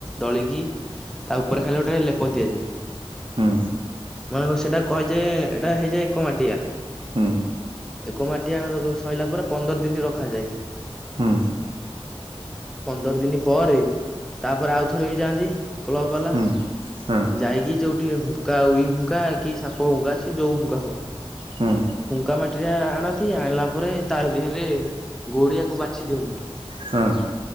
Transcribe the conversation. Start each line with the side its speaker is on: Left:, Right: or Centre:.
Centre: ଦଳିକି ତା ଉପରେ ଖାଲି ଗୋଟେ ଲେପ ଦିଆଯାଏ
Right: ହୁଁ
Centre: ମାନେ ସେଇଟା କହିଛେ ଏଇଟା ହେଇଯାଏ ଏକ ମାଡିଆ
Right: ହୁଁ
Centre: ଏକ ମାଟିଆ ସରଲାା ପରେ ପନ୍ଦର ଦିନ ରଖାଯାଏ
Right: ହୁଁ
Centre: ପନ୍ଦର ଦିନ ପରେ ତାପରେ ଆଉଥରେ ବି ଯାଆନ୍ତି କ୍ଲ ବାଲା
Right: ହୁଁ ହଁ
Centre: ଯାଇକି ଯଉଠି ହୁଙ୍କା ଇ ହୁଙ୍କା କି ସାପ ହୁଙ୍କା ସେ ଯୋଉ ହୁଙ୍କା ହଉ
Right: ହୁଁ
Centre: ହୁଙ୍କା ମାଟି ା ଆଣନ୍ତି ଆଣିଲା ପରେ ତା ଦେହରେ ଗୋଡିଆକୁ ବାଛି ଦିଅନ୍ତି
Right: ହଁ,